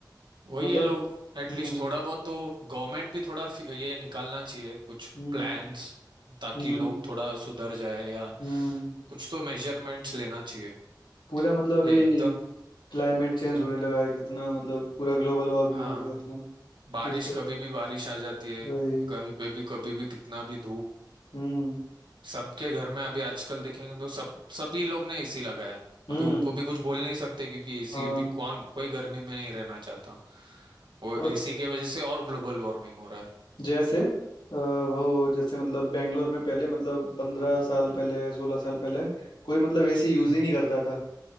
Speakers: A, on the right; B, on the left.
A: वही
B: मतलब
A: है लोग एटलीस्ट
B: हम्म
A: थोड़ा बहुत तो गवर्नमेंट भी थोड़ा फि- ये निकालना चाहिए कुछ
B: हम्म
A: प्लान्स ताकि
B: हम्म
A: लोग थोड़ा सुधर जाए या
B: हम्म
A: कुछ तो मेजरमेंट्स लेना चाहिए
B: पूरा मतलब अभी
A: ये एकदम
B: क्लाइमेट चेंज
A: हम्म,
B: होने लगा है कितना मतलब पूरा ग्लोबल वार्मिंग
A: हाँ
B: हो गया इतना
A: बारिश
B: जिससे
A: कभी भी बारिश आ जाती है
B: वही
A: कहीं पे भी कभी भी कितना भी धूप
B: हम्म
A: सबके घर में अभी आजकल देखेंगे तो सब सभी लोग ने एसी लगाया है
B: हम्म
A: अभी उनको भी कुछ बोल नहीं सकते क्योंकि एसी
B: हाँ
A: अभी कौन कोई गर्मी में नहीं रहना चाहता वो एसी
B: और
A: के वजह से और ग्लोबल वार्मिंग हो रहा है
B: जैसे अ, वो जैसे मतलब बेंगलोर में पहले मतलब पंद्रह साल पहले सोलह साल पहले कोई मतलब एसी यूज
A: हम्म
B: ही नहीं करता था